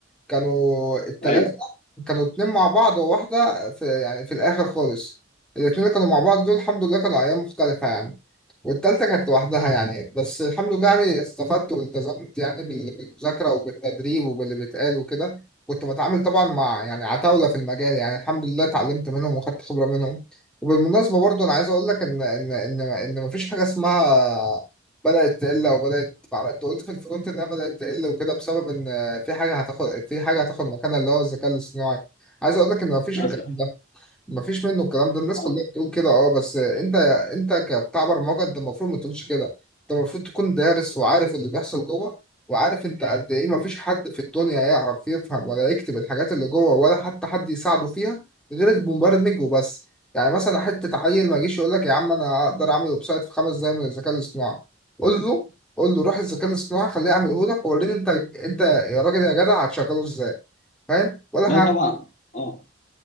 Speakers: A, in the centre; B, on the left.
A: كانوا التلاتة
B: ايوه
A: كانوا اتنين مع بعض وواحدة في يعني في الآخر خالص الاتنين اللي كانوا مع بعض دول الحمد لله كانوا أيام مختلفة يعني والتالتة كانت لوحدها يعني بس الحمد لله يعني استفدت والتزمت يعني بال- بالمذاكرة وبالتدريب وباللي بيتقال وكده كنت بتعامل طبعا مع يعني عتاولة في المجال يعني الحمد لله اتعلمت منهم وخدت خبرة منهم وبالمناسبة برضو أنا عايز أقول لك إن إن إن إن مفيش حاجة اسمها بدأت تقل أو بدأت مع- أنت قلت في الفرونت إنها بدأت تقل وكده بسبب إن في حاجة هتاخد في حاجة هتاخد مكانها اللي هو الذكاء الاصطناعي عايز أقول لك إن مفيش
B: مثلا
A: الكلام ده مفيش منه الكلام ده الناس
B: اه.
A: كلها بتقول كده اه بس انت انت كبتاع برمجه انت المفروض ما تقولش كده انت المفروض تكون دارس وعارف اللي بيحصل جوه وعارف انت قد ايه مفيش حد في الدنيا يعرف يفهم ولا يكتب الحاجات اللي جوه ولا حتى حد يساعده فيها غير المبرمج وبس يعني مثلا حته عيل ما يجيش يقول لك يا عم انا اقدر اعمل ويب سايت في خمس دقايق من الذكاء الاصطناعي قول له قول له روح الذكاء الاصطناعي خليه يعمله لك ووريني انت انت يا راجل يا جدع هتشغله ازاي فاهم ولا
B: لا
A: هيعمل
B: طبعا اه